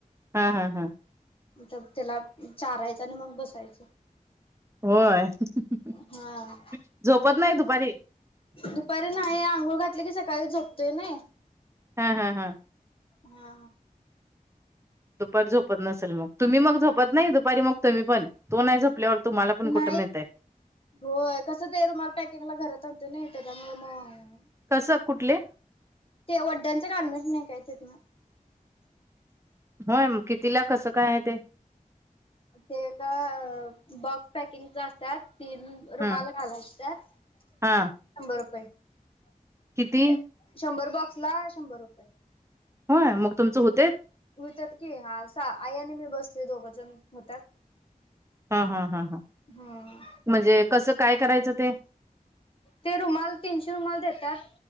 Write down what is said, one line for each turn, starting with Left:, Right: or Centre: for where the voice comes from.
Right: हा, हा, हा.
Left: तर त्याला चारायचं आणि मग बसायचं.
Right: होय. <unintelligible>
Left: हा
Right: झोपत नाही दुपारी?
Left: दुपारी नाही. आंघोळ घातली की, सकाळी झोपतोय नाही.
Right: हा, हा, हा.
Left: हा.
Right: दुपारी झोपत नसेल मग? तुम्ही मग झोपत नाही दुपारी मग, तुम्ही पण. तो नाही झोपल्यावर तुम्हाला पण कुठं
Left: नाही
Right: मिळतय.
Left: होय. कसं, ते रुमाल पॅकिंगला घरात आणते नाही त्याज्यामुळ मग
Right: कसं, कुठले?
Left: ते वड्यांचे गार्मेंट् नाही काय, तिथन.
Right: होय. म कितीला, कसं, काय, याय ते?
Left: ते का, बॉक्स पॅकिंगचं असत्यात. तीन रुमाला
Right: ह
Left: घालायच त्यात,
Right: हा
Left: शंभर रुपये. म्हणजे
Right: किती?
Left: शंभर बॉक्स ला, शंभर रुपये.
Right: होय, मग तुमचं होतेत?
Left: होत्यात की. आसा, आई आणि मी बसतोय, दोघजण. होत्यात.
Right: हा, हा, हा, ह.
Left: हम्म
Right: म्हणजे, कसं, काय करायचं ते?
Left: ते रुमाल, तीनशे रुमाल देतात.